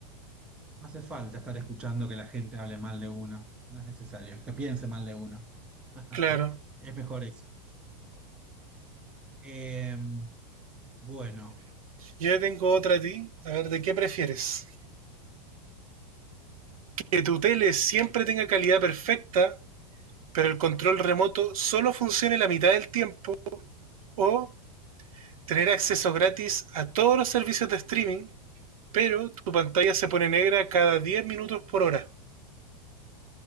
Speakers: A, in the centre; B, on the right.
A: No hace falta estar escuchando que la gente hable mal de uno. No es necesario, que piense mal de uno. <laughs>
B: Claro.
A: Es mejor eso. Em, bueno,
B: Yo tengo otra a ti. A ver, ¿de qué prefieres? Que tu tele siempre tenga calidad perfecta, pero el control remoto solo funcione la mitad del tiempo, o tener acceso gratis a todos los servicios de streaming, pero tu pantalla se pone negra cada 10 minutos por hora.